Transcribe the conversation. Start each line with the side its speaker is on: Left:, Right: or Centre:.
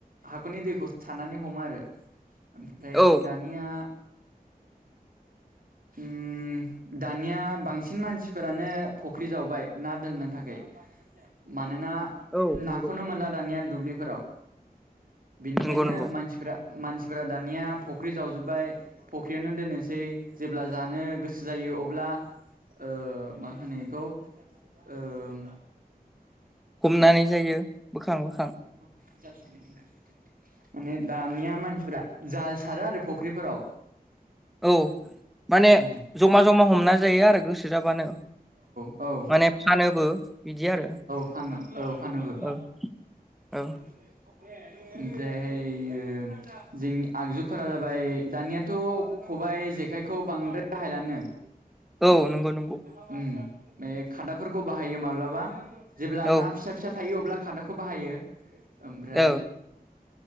Right: हाखरनि दैखौ सारनानै हमो आरो ओम फ्राय
Centre: औ
Right: दानिया उम दा निया बांसिन मानसिफोरानो फख्रि जावबाय ना दोननो थाखै मानोना
Centre: औ
Right: नाखौनो
Centre: नंगौ
Right: मोनला दानिया दुब्लिफोराव बेनिखायनो
Centre: नंगौ नंगौ
Right: मानसिफोरा मानसिफोरा दानिया फख्रि जावजोब्बाय। फख्रियावनो दोननोसै जेब्ला जानो गोसो जायो अब्ला ओ मा होनो इखौ ओ उम
Centre: हमनानै जायो बोखां बोखां
Right: <inaudible> माने दानिया मानसिफोरा जाल सारो आरो फुख्रिफोराव‌‌
Centre: औ माने
Right: उम
Centre: जमा जमा हमना जायो आरो गोसो जाबानो
Right: औ। औ
Centre: माने फानोबो बिदि आरो
Right: फानो औ फानोबो
Centre: औ औ
Right: <unintelligible> ओमफ्रायहाययो जोंनि आगजुफोरा जाबाय दानियाथ' खबाइ जेखायखौ बांद्राय बाहायलानो
Centre: औ नंगौ नंगौ।
Right: उम खादाफोरखौ बाहायो माब्लाबा जेब्ला
Centre: औ
Right: ना फिसा फिसा थायो अब्ला खादाखौ बाहायो ओमफ्र
Centre: औ